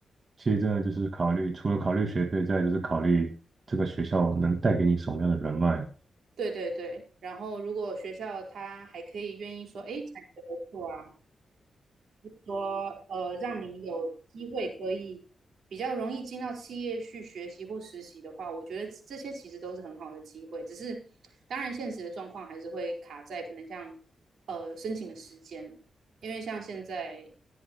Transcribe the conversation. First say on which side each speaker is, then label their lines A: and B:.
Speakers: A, on the right; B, on the right.
A: 其实真的就是考虑，除了考虑学费，再来就是考虑这个学校能带给你什么样的人脉。
B: 对对对，然后如果学校他还可以愿意说，哎，产学合作啊。说呃，让你有机会可以比较容易进到企业去学习或实习的话，我觉得这些其实都是很好的机会。只是当然现实的状况还是会卡在可能像呃申请的时间，因为像现在